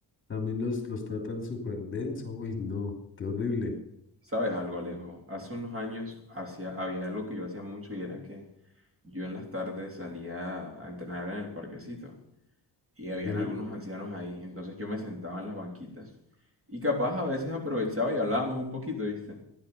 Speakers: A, on the left; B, on the right.
A: también los, los tratan súper denso. Uy, no, qué horrible.
B: ¿Sabes algo, Alejo? Hace unos años hacía, había algo que yo hacía mucho y era que yo en las tardes salía a entrenar en el parquecito y habían
A: Sí,
B: algunos ancianos ahí. Entonces yo me sentaba en las banquitas y capaz a veces aprovechaba y hablábamos un poquito, ¿viste?